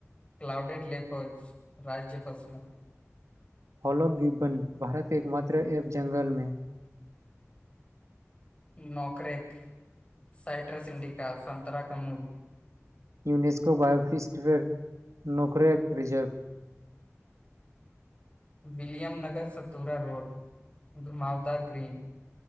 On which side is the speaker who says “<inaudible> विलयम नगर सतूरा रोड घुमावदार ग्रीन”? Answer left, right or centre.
Left